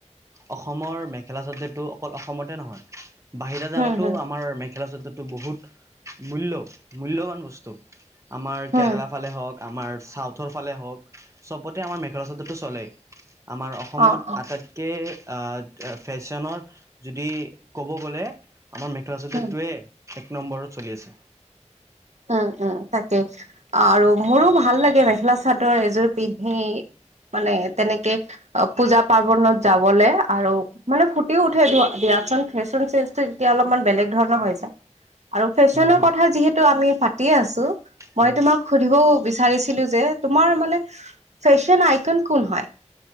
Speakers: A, on the right; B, on the right.
A: অসমৰ মেখেলা চাদৰটো অকল অসমতে নহয়- বাহিৰা জাগাতো
B: হম হম
A: আমাৰ মেখেলা চাদৰ তোবহুত মূল্য মূল্যবান বস্তু। আমাৰ
B: হম
A: কেৰেলা ফালে হওঁক আমাৰ চাউথৰ ফালে হওক চবতে আমাৰ মেখেলা চাদৰ টো চলেই। আমাৰ অসমত
B: অ অ
A: আটাইতকৈ। ফেশ্বনৰ যদি ক'ব গ'লে আমাৰ মেখেলা চাদটোৱে।
B: হম
A: এক নম্বৰত চলি আছে
B: উম উম তাকে আৰু মোৰো ভাল লাগে মেখেলা চাদৰ এযোৰ পিন্ধি। মানে তেনেকে পূজা পাৰ্বনত যাবলৈ আৰু মানে ফুটিও উঠে ধ দা। চোন ফেশন চেঞ্জ এতিয়া অলপমান বেলেগ ধৰণৰ হৈ যায়। আৰু ফেশ্বনৰ
A: হুম হুম
B: কথা যিহেতু আমি পাতিয়ে আছো
A: হুম
B: মই তোমাক সুধিবও বিছাৰিছিলো দে তোমাৰ মানে ফেশ্বনৰ আইকন কোন হয়?